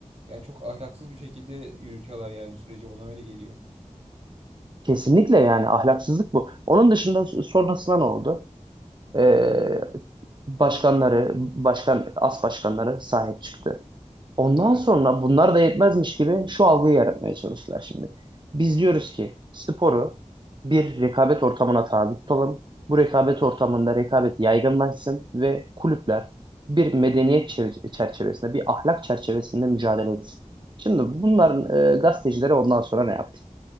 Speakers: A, on the right; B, on the right.
A: Yani çok ahlaksız bir şekilde yürütüyorlar yani süreci bana öyle geliyor.
B: kesinlikle yani ahlaksızlık bu. Onun dışında sonrasında ne oldu? Ee, başkanları, başkan, as başkanları sahip çıktı. Ondan
A: Evet.
B: sonra bunlar da yetmezmiş gibi şu algıyı yaratmaya çalıştılar şimdi. Biz diyoruz ki sporu bir rekabet ortamına tabi tutalım. Bu rekabet ortamında rekabet yaygınlaşsın ve kulüpler bir medeniyet çer- çerçevesinde, bir ahlak çerçevesinde mücadele etsin. Şimdi bunların e, gazetecileri ondan sonra ne yaptı?